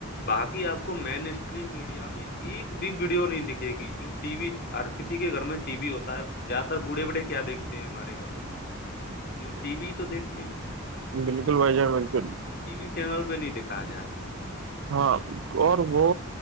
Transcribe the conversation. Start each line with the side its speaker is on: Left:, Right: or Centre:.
Left: باقی آپ کو مین اسٹریم میڈیا میں ایک بھی ویڈیو نہیں دکھے گی جو ٹی وی ہر کسی کے گھر میں ٹی وی ہوتا ہے زیادہ تر بوڑھے بڑے کیا دیکھتے ہیں ہمارے گھر میں ٹی وی تو دیکھ
Right: بالکل بھائی جان بالکل
Left: ٹی وی چینل پہ نہیں دیکھایا جا رہا ہے
Right: ہاں اور وہ